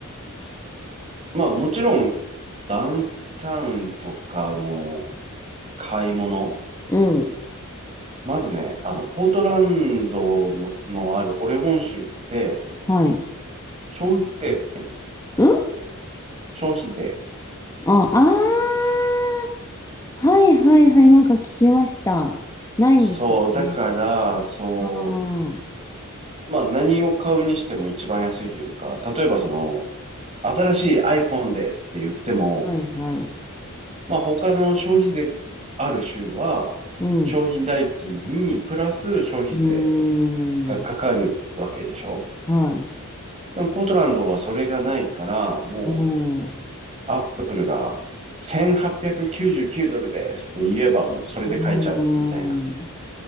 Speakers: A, on the right; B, on the left.
A: まあもちろんダウンタウンとかの買い物。
B: うん。
A: まずね、あの、ポートランドの、のあるオレゴン州って
B: はい。
A: 消費税がないの、
B: うん
A: 消費税。
B: あ、あー。はいはいはい。なんか聞きました。ないんですよね。
A: そう、だから、そう、
B: うん。は
A: まあ何を買うにしても一番安いというか、例えばその、新しい iPhone ですって言っても、
B: いはい。
A: まあ他の消費税ある州は、
B: うん。
A: 商品代金にプラス消費税
B: うーん。
A: がかかるわけでしょ
B: はい。
A: でもポートランドはそれがないから、もう
B: うん。う
A: アップルが1899ドルですって言えばもうそれで買えちゃうみたいな。
B: ーん。